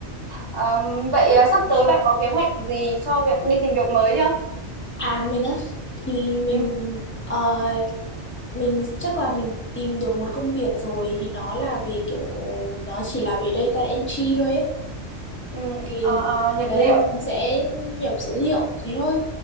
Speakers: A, on the right; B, on the left.
A: Ờm, vậy ờ, sắp tới bạn có kế hoạch gì cho việc đi tìm việc mới chưa
B: à mình á thì mình
A: ừ.
B: ờ, mình chắc là mình tìm được một công việc rồi thì nó là về kiểu nó chỉ là về data entry thôi ấy
A: Ừ,
B: thì
A: ờ, ờ, nhập
B: đấy
A: liệu
B: là mình sẽ nhập dữ liệu thế thôi